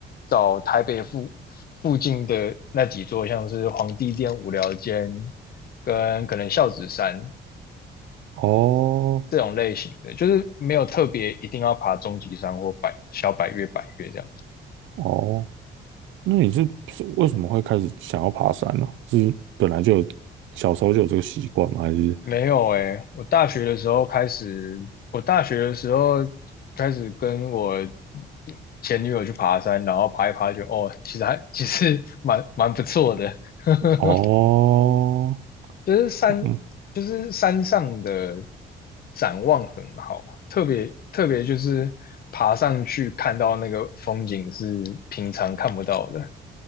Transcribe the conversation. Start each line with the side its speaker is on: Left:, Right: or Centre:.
Left: 找台北附附近的那几座，像是皇帝殿、无聊间跟可能孝子山
Right: 哦
Left: 这种类型的，就是没有特别一定要爬终极山或百小百岳、百岳这样。
Right: 哦，那你是是为什么会开始想要爬山呢、是本来就有小时候就有这个习惯吗？还是
Left: 没有诶，我大学的时候开始，我大学的时候开始跟我前女友去爬山，然后爬一爬就，哦，其实还其实蛮蛮不错的，<laughs>
Right: 哦
Left: 就是山就是山上的
Right: 嗯
Left: 展望很好啊，特别特别就是爬上去看到那个风景是平常看不到的，